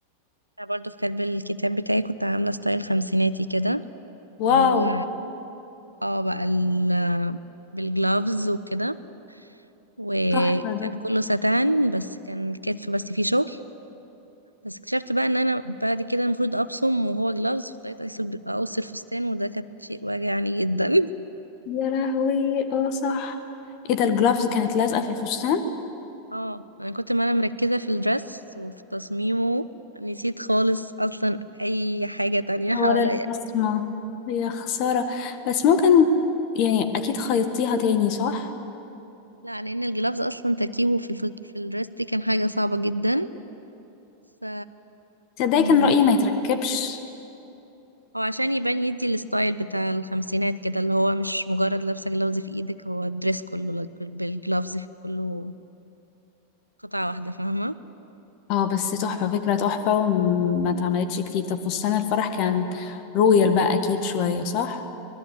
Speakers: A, on the right; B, on the left.
A: انا برضو في كاتب الكتاب بتاعي كنت عاملة ستايل خمسيناتي كده
B: واو
A: اللي هو اه بقى ال بالجلافز وكده وكان
B: تحفة ده
A: كله ستان بس كان الكتف بس فيه شغل بس اكتشفت بقى ان انا بعد كده المفروض ابصم وهو جلافز فاضطريت اقص الب- أقص الفستان وده كان شيء واجعني جدا
B: يا لهوي اه صح ايه ده الجلافز كانت لازقة في الفستان
A: اه انا كنت ما انا مركزة في الدرس وفي تصميمه نسيت خالص اصلا اي حاجة تانية حواليا
B: ورا البصمة يا خسارة بس ممكن يعني أكيد خيطتيها تاني صح؟
A: لا لان الجلافز اصلا تركيبه في الف- في الدرس دي كان حاجة صعبة جدا ف
B: تصدقي
A: مم،
B: كان رأيي ما يتركبش
A: هو عشان يبان يدي الستايل بتاع الخمسينات كده اللي هو مش مجرد لابسة جلافز في ايدك هو الدرس كله لك- بالجلافز في كله قطعة واحدة فاهمة
B: اه بس تحفة فكرة تحفة وما اتعملتش كتير طب فستان الفرح كان رويال بقى أكيد شوية صح؟